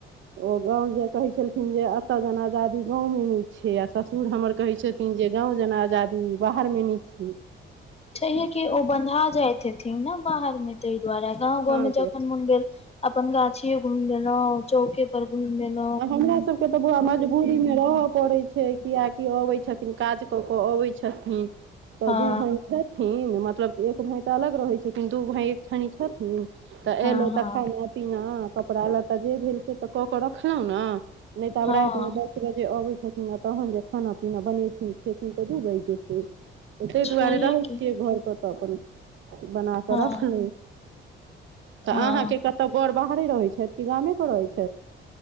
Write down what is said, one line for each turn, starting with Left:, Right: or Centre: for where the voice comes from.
Right: ओ गाँव जे कहै छल जे एतऽ जेना आजादी गाँवमे नहि छै आ ससुर हमर कहै छथिन जे गाँव जेना आजादी बाहर घर मे नहि छी
Left: छैहे कि ओ बन्धा जाइत हेथिन ने बाहर मे तहि दुआरे गाँव
Right: हँ
Left: घर मे
Right: से
Left: जखन मोन भेल अपन गाछए घूम लेलौं चौके पर घूम लेलौं
Right: आ हमरासभके तऽ बौआ मजबूरीमे रहय पड़ैत छै कियकि अबैत छथिन काज कऽ कऽ अबै छथिन तऽ
Left: हँ
Right: दू भाय छथिन मतलब एक भाय तऽ अलग रहय छथिन दू भाय एक थन छथिन तऽ
Left: हँ
Right: एयलै
Left: हँ
Right: तऽ खाना पीना कपड़ा लत्ता जे भेल से तऽ क के रखलहु ने नहि तऽ आब
Left: हँ
Right: राति मे दस बजे अबै छथिन आ तहन जे खाना पीना बनेथिन खेथिन तऽ दू बाजि जेतै तऽ ताहि
Left: छैहे
Right: दुआरे रहै
Left: की
Right: छियै घरपर तऽ अपन बना कऽ
Left: हँ
Right: रखलहुँ तऽ
Left: हँ
Right: अहाँके कतौ बोर बाहरे रहैत छथि कि गामे पर रहैत छै